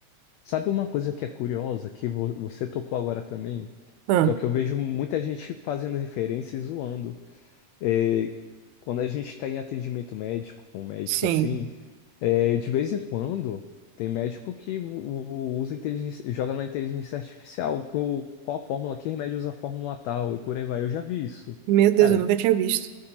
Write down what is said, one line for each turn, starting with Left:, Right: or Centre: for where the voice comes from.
Left: sabe uma coisa que é curiosa, que vo- você tocou agora também?
Right: Ah,
Left: que é o que eu vejo muita gente fazendo referência e zoando. É, quando a gente está em atendimento médico, com um médico
Right: sim.
Left: assim, é, de vez em quando tem médico que u- u- usa inteligência, joga na inteligência artificial que o qual a fórmula, que remédio usa a fórmula tal e por aí vai. Eu já vi isso.
Right: Meu Deus,
Left: Cara,
Right: eu nunca tinha visto.